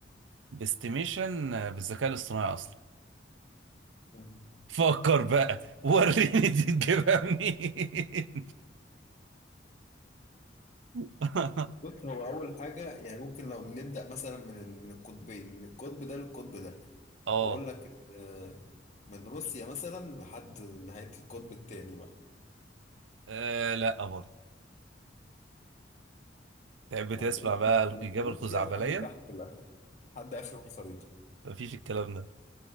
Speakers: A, on the right (about 85°); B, on the left (about 40°).
A: باستيميشن بالذكاء الاصطناعي أصلا
B: ده
A: فكر بقى وريني دي تجيبها منين <laughs>
B: بص هو أول حاجة يعني ممكن لو نبدأ مثلا من من القطبين من القطب ده للقطب ده
A: اه
B: وأقول لك آه، من روسيا مثلا لحد نهاية القطب التاني بقى
A: آه، لا برضه تحب تسمع
B: ما إيه بقى
A: بقى الإجابة
B: من روسيا
A: الخزعبلية
B: لحد تحت الآخر لحد آخر الخريطة
A: مفيش الكلام ده